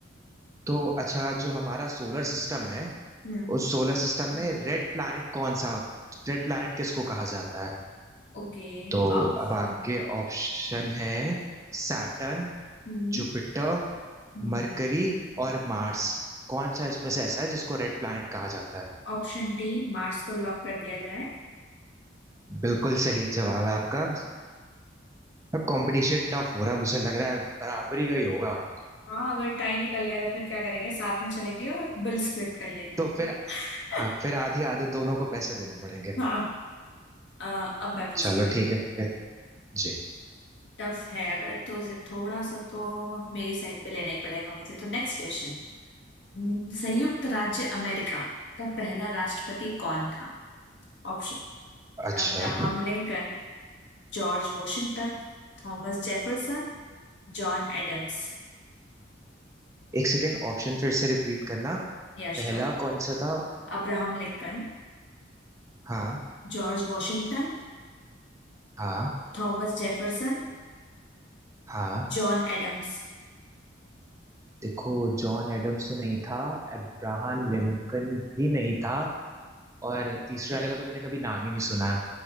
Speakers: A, on the right (about 15°); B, on the left (about 70°).
A: तो अच्छा जो हमारा सोलर सिस्टम है
B: हम्म
A: उस सोलर सिस्टम में रेड प्लैनेट कौन सा रेड प्लैनेट किसको कहा जाता है
B: ओके
A: तो
B: आप
A: अब आपके
B: हम्म
A: ऑप्शन है सैटर्न
B: हम्म,
A: जुपिटर
B: हम्म।
A: मरकरी और मार्स कौन सा इसमें से ऐसा है जिसको रेड प्लैनेट कहा जाता है
B: ऑप्शन डी मार्स को लॉक कर दिया जाए
A: बिल्कुल सही जवाब है आपका अब कंपटीशन टफ हो रहा है मुझे लग रहा है बराबरी का ही होगा
B: हाँ अगर टाई निकल गया तो फिर क्या करेंगे साथ में चलेंगे और बिल स्प्लिट कर लेंगे
A: तो फिर हाँ
B: <laughs>
A: फिर आधी आधे दोनों को पैसे देने पड़ेंगे
B: हाँ अ, अब मैं पूछती
A: चलो
B: हूँ
A: ठीक है फिर जी
B: टफ है अगर तो उसे थोड़ा सा तो मेरी साइड पे लेना ही पड़ेगा मुझे तो नेक्स्ट क्वेश्चन हम्म, संयुक्त राज्य अमेरिका का पहला राष्ट्रपति कौन था Option
A: अच्छा
B: Abraham Lincoln George Washington Thomas Jefferson John Adams
A: एक सेकेंड ऑप्शन फिर से रिपीट करना
B: यशर
A: पहला कौन सा था
B: Abraham Lincoln
A: हाँ
B: George Washington
A: हाँ
B: Thomas Jefferson
A: हाँ
B: John Adams
A: देखो जॉन एडम्स तो नहीं था अब्राहम लिंकन भी नहीं था और तीसरे वाले का तो मैंने कभी नाम ही नहीं सुना है